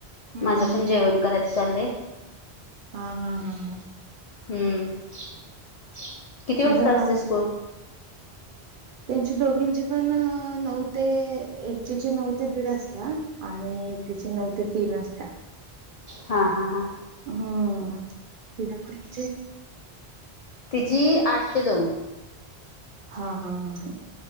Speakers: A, on the right (about 60°); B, on the left (about 55°).
A: हम्म
B: माझं
A: हम्म
B: पण जेवण करायचं चाललंय.
A: हां हां हां हां.
B: हम्म. <inaudible> किती वाजता
A: आता
B: असते स्कूल?
A: त्यांची दोघींची पण नऊ ते एक. तीचे नऊ ते दीड असता. आणि एकीची नऊ ते तीन असता.
B: हां हां हा.
A: हम्. तुझ्या पोरगीची?
B: तिची आठ ते दोन.
A: हां हां हां हं.